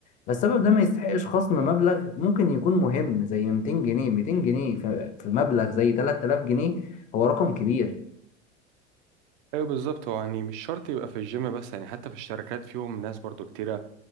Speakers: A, on the left (about 25°); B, on the right (about 50°).
A: فالسبب ده ما يستحقش خصم مبلغ ممكن يكون مهم زي 200 جنيه 200 جنيه في في مبلغ زي 3000 جنيه هو رقم كبير
B: ايوه بالظبط هو يعني مش شرط يبقى في الجيم بس يعني حتى في الشركات فيهم ناس برضو كتيرة